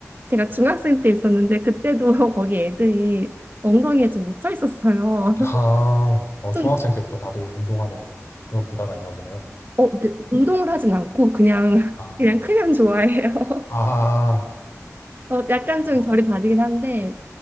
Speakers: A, on the right (about 40°); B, on the left (about 55°).
A: 제가 중학생 때 있었는데 그때도 <laughs> 거기 애들이 엉덩이에 좀 미쳐 있었어요. <laughs>
B: 아, 어,
A: 좀
B: 중학생 때부터 다들 운동하는 그런 문화가 있나 보네요.
A: 어, 근데 운동을 하진 않고 그냥
B: 아,
A: 그냥 크면 좋아해요.
B: 아,
A: 어, 약간 좀
B: 음,
A: 결이 다르긴 한데,